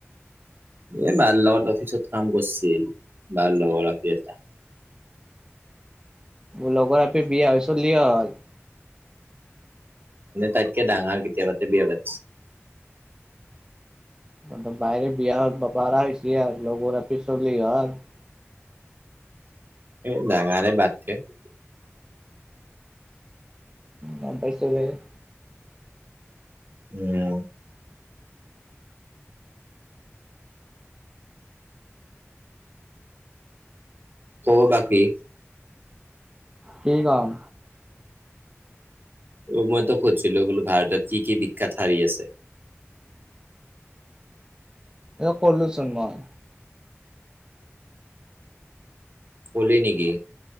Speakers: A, on the right; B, on the right.
A: এ বাৰ্লত অফিচত কাম কৰিছিল বাৰ্লৰি এটা <unintelligible>
B: মোৰ লগৰ আপি বিয়া হৈছলি হ'ল <unintelligible>
A: ন তাতকে ডাঙৰ কতিয়া ব -ব -আগজ <unintelligible>
B: বাহিৰে বিয়া হক বাপাৰ হৈছে আৰু লগৰ ৰাপি চলি হ'ল <unintelligible>
A: এই ডাঙাৰ বাত থ <unintelligible>
B: নাম পাৰছতে <unintelligible>
A: উম ক বাকী
B: কি কাম
A: অ মইতো খুজছিলো বোলো ভাৰতত কি কি বিখ্যাত হাৰী আছে
B: এ ক'লোচোন মই <unintelligible>
A: কলি নেকি